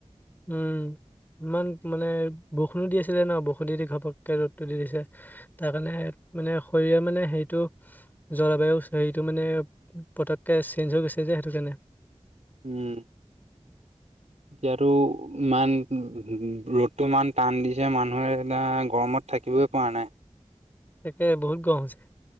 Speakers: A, on the left; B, on the right.
A: উম। ইমান মানে বৰষুনো দি আছিলে ন' বৰষুন দি, দি ঘপককে ৰ'দটো দি দিছে, তাৰকাৰণে মানে শৰীৰে মানে হেৰিটো, জলবায়ু হেৰিটো, মানে পটককে চেঞ্জ হৈ গৈছে এই যে হেইটো কাৰণে।
B: উম।
A: <inaudible>
B: এতিয়াতো ইমান ৰ'দটো ইমান টান দিছে, মানুহে এ গৰমত থাক থাকিব‌ই পাৰা নাই।
A: তাকে, বহুত গৰম হৈছে।